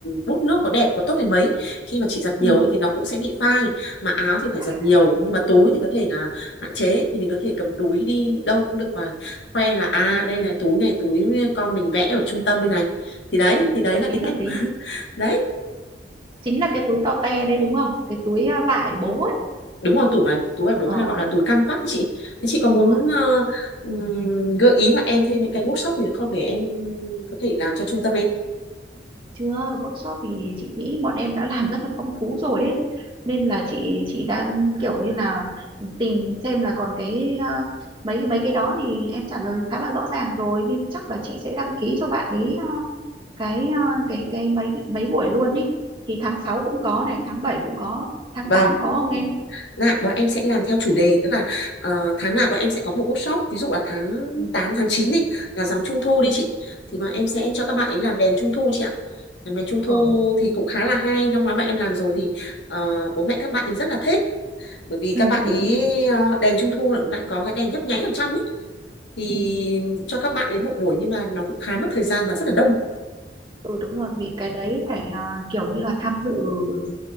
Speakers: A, on the left (about 85°); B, on the right (about 30°).
A: bút nước có đẹp có tốt đến mấy khi mà chị giặt
B: ừ.
A: nhiều ấy, thì nó cũng sẽ bị phai mà áo thì phải
B: à
A: giặt nhiều nhưng mà túi thì có thể là hạn chế thì mình có thể cầm túi đi đâu cũng được và khoe là à đây này túi này túi con mình vẽ ở trung tâm đây này thì đấy thì đấy
B: hợp
A: là cái
B: lý hợp
A: cách
B: lý
A: <laughs> đấy
B: chính là cái túi to te đấy đúng không cái túi ờ, vải bố ấy
A: đúng rồi túi mà túi mà bố
B: ờ
A: hay gọi là túi canvas ấy chị chị có muốn
B: đúng rồi
A: ờ, ừm, gợi ý mà em thêm những cái workshop gì nữa không để em có thể làm cho trung tâm em
B: chưa workshop thì chị nghĩ bọn em đã làm rất là phong phú rồi ấy nên là chị chị đang kiểu như là ừ, tìm xem là còn cái ờ, mấy cái mấy cái đó thì em trả lời khá là rõ ràng rồi nên chắc là chị sẽ đăng ký cho bạn ý ờ, cái ờ, cái cái mấy mấy buổi luôn ấy thì tháng 6 cũng có này tháng 7 cũng có tháng
A: vâng
B: tám có không em
A: dạ bọn em sẽ làm theo chủ đề tức là ờ, tháng nào bọn em sẽ có một workshop ví dụ là tháng
B: ừ
A: 8 tháng 9 đi là rằm trung thu đi
B: ừ
A: chị thì bọn em sẽ cho các bạn ấy làm đèn trung thu chị ạ làm đèn trung thu
B: ừ
A: thì cũng khá là hay năm ngoái bọn em làm rồi thì ờ, bố mẹ các bạn ấy rất là thích bởi vì
B: ừ
A: các bạn
B: ừ ừ
A: ý
B: ừ
A: ờ, đèn trung thu lại có cái đèn nhấp nháy ở trong ấy thì
B: ừ.
A: cho các bạn ấy một buổi nhưng mà nó cũng khá mất thời gian và rất là đông
B: Ừ, đúng rồi vì cái đấy phải ờ, kiểu như là tham dự ừ,